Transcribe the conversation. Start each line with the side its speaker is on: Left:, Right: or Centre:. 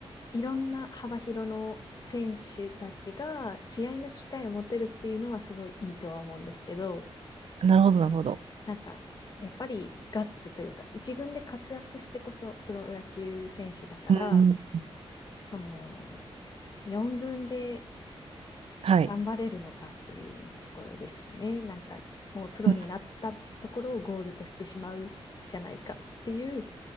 Left: いろんな幅広の選手たちが試合の機会を持てるっていうのはすごいいいとは思うんですけど、
Right: なるほど、なるほど。
Left: なんかやっぱりガッツというか、一軍で活躍してこそプロ野球選手だから、
Right: うん。
Left: その4軍で
Right: はい。
Left: 頑張れるのかっていうのところですよね。なんかもうプロになったところをゴールとしてしまうじゃないかっていう
Right: うん。